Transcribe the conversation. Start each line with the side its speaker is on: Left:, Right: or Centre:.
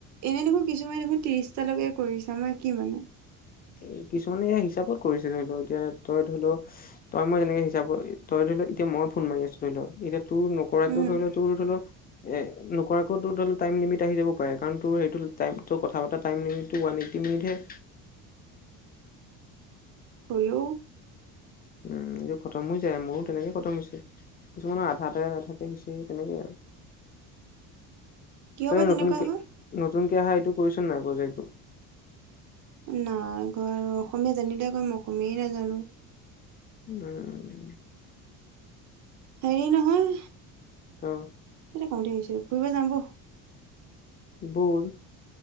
Right: এনেই দেখোন কিছুমানে দেখোন ত্ৰিশটালৈকে কৰিছা আমাৰ কি মানে?
Left: এ কিছুমানে এ হিচাপত কৰিছে ধৰি লও এতিয়া তই ধৰি লও তই মই যেনেকে হিচাপত তই ধৰি ধ ল এতিয়া মই ফোন মাৰি আছো ধৰি ল এতিয়া তোৰ নকৰাকেও
Right: উম।
Left: ধৰি লোৱা তোৰ ধৰি ল এ নকৰাকৈ টোৰ ধৈল টাইম লিমিট আহি যাব পাৰে কাৰণ তোৰ এইটো টাইমতোৰ কথা টাইম লিমিটো <unintelligible>
Right: হেল্ল'।
Left: উম এইযোৰ খতম হৈ যায় মোৰো তেনেকে খতম হৈছে। কিছুমানৰ আধা এ আধাতে তেনেকেই আৰু।
Right: <inaudible> কিয়
Left: তই
Right: বা তেনেকুৱা
Left: নতুনক
Right: হয়?
Left: নতুনকে অহা এইটো কৰিছোন নাই প্ৰজেক্টটো।
Right: নাই কৰা অসমীয়া জানিলে কইম অসমীয়াই নাজানো
Left: উমমম
Right: হেৰি নহয়
Left: অ
Right: কওঁ বুলে ভাবিছিলো ফুৰিব যাও বল
Left: বোল